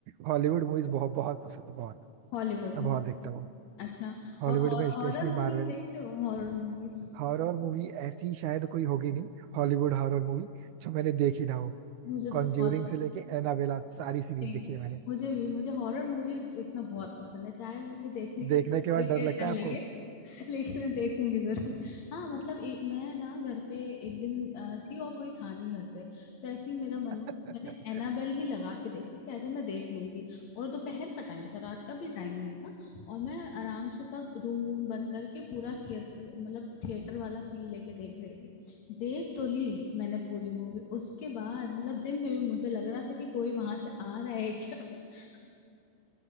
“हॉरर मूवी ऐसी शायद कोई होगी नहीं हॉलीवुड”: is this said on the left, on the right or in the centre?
Right